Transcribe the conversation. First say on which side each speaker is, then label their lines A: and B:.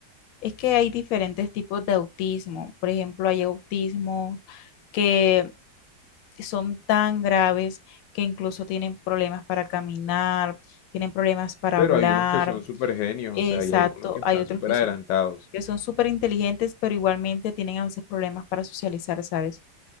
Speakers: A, on the left; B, on the left.
A: Es que hay diferentes tipos de autismo. Por ejemplo, hay autismo que son tan graves que incluso tienen problemas para caminar, tienen problemas para
B: Pero
A: hablar.
B: hay unos que son súper genios,
A: Exacto.
B: o sea, y hay algunos que están
A: Hay otros
B: súper
A: que
B: adelantados.
A: son que son súper inteligentes, pero igualmente tienen a veces problemas para socializar, ¿sabes?